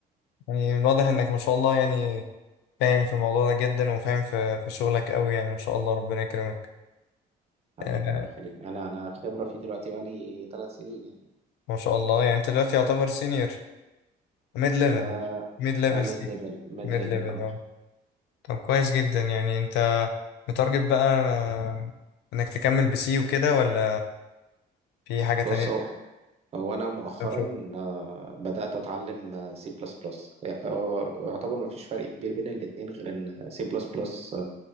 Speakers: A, on the left; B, on the right.
A: يعني من واضح إنك ما شاء الله يعني فاهم في الموضوع ده جدا وفاهم في في شغلك أوي يعني ما شاء الله ربنا يكرمك
B: حبيبي
A: آه،
B: الله يخليك انا انا خبره فيه دلوقتي بقالي ثلاث سنين يعني
A: ما شاء الله يعني أنت دلوقتي يعتبر سينيور ميد ليفل
B: آه
A: ميد ليفل
B: ميد
A: سيك
B: ليفل ميد
A: ميد
B: ليفل
A: ليفل
B: اه
A: أه
B: mid level،
A: طب كويس جدا يعني انت متارجت بقى آه، انك تكمل بسي وكده ولا في
B: آه.
A: حاجة تانية
B: بص هو هو انا مؤخرا
A: طب شو
B: آه، بدات اتعلم سي بلس بلس هو يعتبر ما فيش فرق كبير بين الاتنين غير ان سي بلس بلس